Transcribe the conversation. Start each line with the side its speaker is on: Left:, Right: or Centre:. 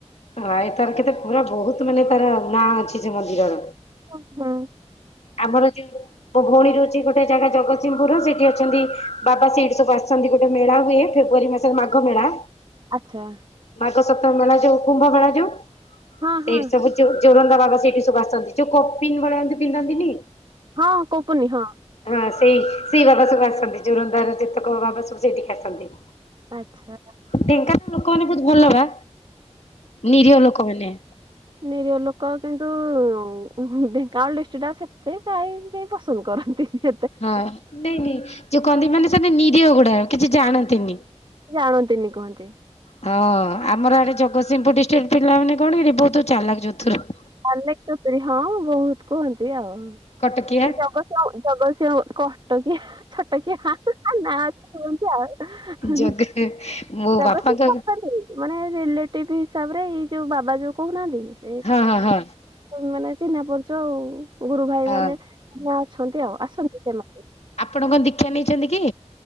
Left: ଆଁ ଏ ତାର କେତେ ପୁରା ବହୁତ ମାନେ ତାର ନାଁ ଅଛି ସେ ମନ୍ଦିରର।
Right: ଓ ହଁ।
Left: ଆମର ଯୋଉ ମୋ ଭଉଣୀ ରହୁଚି ଗୋଟେ ଜାଗା ଜଗତସିଂହପୁର ସେଇଠି ଅଛନ୍ତି ବାବା ସେଇଠି ସବୁ ଆସଚନ୍ତି ଗୋଟେ ମେଳା ହୁଏ ଫେବୃୟାରୀ ମାସ ସେ ମାଘ ମେଳା।
Right: ଆଛା।
Left: ମାଘ ସପ୍ତମୀ ମେଳା ଯୋଉ କୁମ୍ଭ ମେଳା ଯୋଉ
Right: ହଁ
Left: ସେଇଠି
Right: ହଁ
Left: ସବୁ ଯୋ ଜୋରନ୍ଦା ବାବା ସେଇଠି ସବୁ ଆସନ୍ତି ଯୋଉ କପି ଭଳିଆ ଯୋଉ ପିନ୍ଧାନ୍ତିନି।
Right: ହଁ କୋପୁନି ହଁ।
Left: ହଁ ସେଇ ସେଇ ବାବା ସବୁ ଆସନ୍ତି ଯୋରନ୍ଦାର ଯେତକ ବାବା ସବୁ ସେଇଠିକି ଆସନ୍ତି।
Right: ଆଚ୍ଛା।
Left: ଢେଙ୍କାନାଳ ଲୋକମାନୋନ ବହୁତ ଭଲ ବା ନିରୀହ ଲୋକ ମାନେ।
Right: ନିରିହ ଲୋକ କିନ୍ତୁ ଉ ମ ହୁ ଢେଙ୍କାନାଳ ଡିଷ୍ଟ୍ରିକଟା ସେତେ କାହିଁ କେହି ପସନ୍ଦ କରନ୍ତିନି।
Left: ହଁ ନାଇଁ ନାଇଁ ଯୋଉ କହନ୍ତି ମାନେ ସେମାନେ ନିରୀହ ଗୁଡା କିଛି ଜାଣନ୍ତିନି।
Right: ଜାଣନ୍ତିନି କୁହନ୍ତି।
Left: ହଁ ଆମର ଆଡେ ଜଗତସିଂହପୁର ଡିଷ୍ଟ୍ରିକ୍ଟର ପିଲାମାନେ କଣ କି ବହୁତ ଚାଲାକ ଚତୁର।
Right: ଅନେକ ଚତୁରୀ ହଁ ବହୁତ କୁହନ୍ତି ଆଉ
Left: କଟକିଆ
Right: ସେ ଜଗତସିଂହ ଜଗତସିଂହ କଷ୍ଟ କି ଛୋଟ କିଏ ନା କୁହନ୍ତି ଆଉ।
Left: ଜଗ ମୋ
Right: ଜଗତସିଂହପୁର
Left: ବାପାଙ୍କ
Right: ମାନେ ରିଲେଟିଭ ହିସାବ ରେ ଏଇ ଯୋଉ ବାବା ଯୋଉ କହୁନାହାନ୍ତି କି।
Left: ହଁ ହଁ ହଁ।
Right: ମାନେ ଚିହ୍ନା ପରିଚୟ ଆଉ ଗୁରୁ ଭାଇ
Left: ହଁ
Right: ମାନେ ମା ଅଛନ୍ତି ଆଉ ଆସନ୍ତି ସେମାନେ।
Left: ଆପଣ କଣ ଦୀକ୍ଷା ନେଇଚନ୍ତି କି?